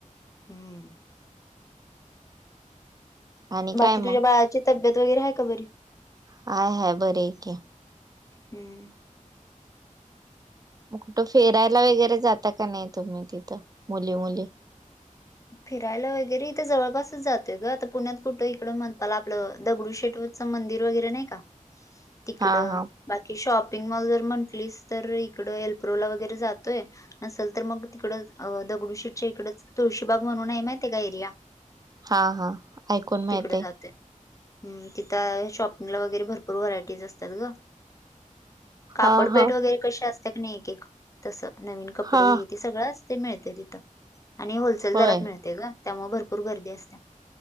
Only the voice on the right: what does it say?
आणि काय
मग
हय हाय बर आहेके.
मग कुठं फेरायला वगैरे जाता का नाही तुम्ही तिथे मुली मुली.
<unintelligible>
हा
हा हा ऐकून माहितय
हा हा
हा
होय